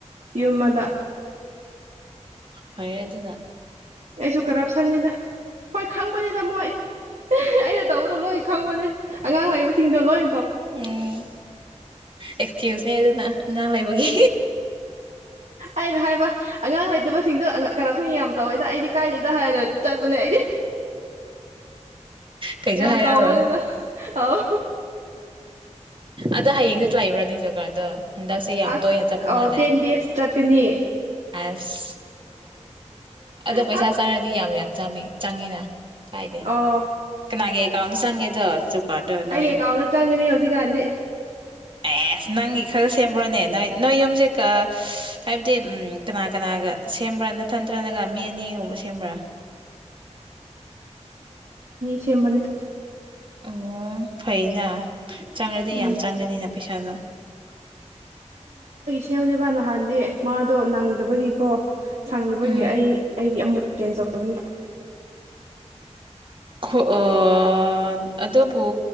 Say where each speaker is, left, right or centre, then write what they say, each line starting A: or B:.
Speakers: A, on the right; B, on the right.
A: ꯌꯨꯝꯃꯥꯗ
B: ꯄ ꯑꯗꯨꯅ
A: ꯑꯩꯁꯨ ꯀꯔꯞꯁꯟꯅꯤꯗ ꯍꯣꯏ ꯈꯪꯕꯅꯤꯗ ꯃꯣꯏ ꯑꯩꯅ ꯇꯧꯕꯗꯣ ꯂꯣꯏ ꯈꯪꯕꯅꯦ ꯑꯉꯥꯡ ꯂꯩꯕꯁꯤꯡꯗꯣ ꯂꯣꯏ
B: ꯎꯝ ꯑꯦꯀꯁ꯭ꯀꯤꯌꯨꯁ ꯑꯗꯨꯅ ꯑꯉꯥꯡ ꯂꯩꯕꯒꯤ
A: ꯑꯩꯅꯥ ꯍꯥꯏꯕ ꯑꯉꯥꯡ ꯂꯩꯇꯕꯁꯤꯡꯗꯣ ꯀꯔꯥꯞꯁꯟ ꯌꯥꯝ ꯇꯧꯋꯦꯗ ꯑꯩꯗꯤ ꯀꯥꯏꯗꯦꯗ ꯍꯥꯏꯔ ꯆꯠꯄꯅꯦ ꯑꯩꯗꯤ
B: ꯀꯩꯁꯨ
A: ꯌꯥꯝ
B: ꯍꯥꯏꯔꯝꯔꯣꯏ
A: ꯇꯧꯕꯅꯤꯅ ꯍꯥꯎ
B: ꯑꯗ ꯍꯌꯦꯡ ꯂꯩꯕꯔꯥꯅꯦ ꯖꯣꯕꯀꯥꯔꯗꯣ ꯍꯟꯗꯛꯁꯦ ꯌꯥꯝ
A: ꯑꯁ
B: ꯇꯣꯏꯅ ꯆꯠꯄ ꯃꯥꯜꯂꯦ
A: ꯑ ꯇꯦꯟ ꯗꯦꯖ ꯆꯠꯀꯅꯤ
B: ꯑꯁ ꯑꯗꯣ ꯄꯩꯁꯥ
A: ꯑꯁ
B: ꯆꯪꯔꯗꯤ ꯌꯥꯝ ꯌꯥꯝ ꯆꯪꯉꯤꯅ ꯀꯥꯏꯗꯦ
A: ꯑꯣ
B: ꯀꯅꯥꯒꯤ ꯀꯥꯎꯗ ꯆꯪꯒꯦꯗꯣ ꯀꯥꯔꯗꯣ ꯅꯣꯏ
A: ꯑꯩꯒꯤ ꯑꯦꯀꯥꯎꯟꯗ ꯆꯪꯉꯅꯤ ꯍꯧ ꯀꯥꯟꯗꯤ
B: ꯑꯦꯁ ꯅꯪꯒꯤ ꯈꯔ ꯁꯦꯝꯕ꯭ꯔꯣꯅꯦ ꯅꯣꯏ ꯅꯣꯏ ꯌꯨꯝꯁꯦ ꯍꯥꯏꯕꯗꯤ ꯎꯝ ꯀꯅꯥ ꯀꯅꯥꯒ ꯁꯦꯝꯕ꯭ꯔꯥ ꯅ ꯊꯟꯇ꯭ꯔꯅꯒ ꯃꯤ ꯑꯅꯤꯒꯨꯝꯕ ꯁꯦꯝꯕ꯭ꯔꯥ
A: ꯁꯦꯝꯕꯅꯤ
B: ꯎꯝ ꯐꯩꯅ ꯆꯉꯥꯗꯤ
A: ꯎꯝ
B: ꯌꯥꯝ ꯆꯉꯥꯅꯤꯗ ꯄꯩꯁꯥꯗ
A: ꯍꯦꯃꯨꯅꯤꯕꯥꯟ ꯅꯍꯥꯟꯗꯤ ꯃꯥꯗꯣ ꯅꯡꯗꯕꯒꯤꯀꯣ ꯁꯡꯗꯕꯒꯤ
B: ꯎꯝ
A: ꯑꯩ ꯑꯩꯒꯤ ꯑꯃꯨꯛ ꯀꯦꯟ ꯆꯥꯑꯣ ꯕꯅꯤ
B: ꯈꯨ ꯑꯥ ꯑꯗꯨꯕꯨ